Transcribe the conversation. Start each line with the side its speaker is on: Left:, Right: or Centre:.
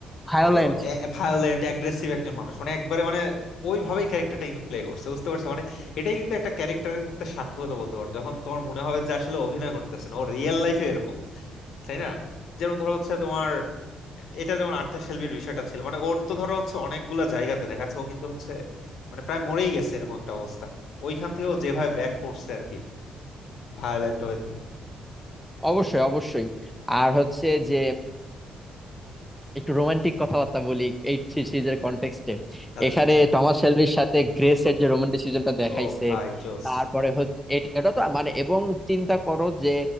Centre: ভায়োলেন্ট
Left: ধরো ভায়োলেন্ট অ্যাগ্রেসিভ একজন মানুষ মানে একবারে মানে ওইভাবেই ক্যারেক্টারটা কিন্তু প্লে করছে বুঝতে পারছো মানে এটাই কিন্তু একটা ক্যারেক্টারের সাথে সার্থকতা বলতে পারো যখন তোমার মনে হবে যে আসলে অভিনয় করতেছে না ও রিয়েল লাইফে এরকম তাই না যেমন ধরো হচ্ছে তোমার এটা যেমন আর্থার শেলবির বিষয়টা ছিল মানে ওর তো ধরো হচ্ছে অনেকগুলা জায়গাতে দেখা যাচ্ছে ও কিন্তু হচ্ছে মানে প্রায় মরেই গেছে এরকম একটা অবস্থা ওইখান থেকে ও যেভাবে ব্যাক করছে আর কি ভায়োলেন্ট ওয়েতে
Centre: অবশ্যই অবশ্যই আর হচ্ছে যে একটু রোমান্টিক কথাবার্তা বলি এই সিরিজের কনটেক্সটে
Left: আচ্ছা
Centre: এখানে
Left: আচ্ছা
Centre: টমাস শেলবির সাথে গ্রেসের যে রোমান্টিসিজমটা দেখাইছে
Left: ও ভাই জোস
Centre: তারপরে হচ্ছে এট- এটা তো মানে এবং চিন্তা করো যে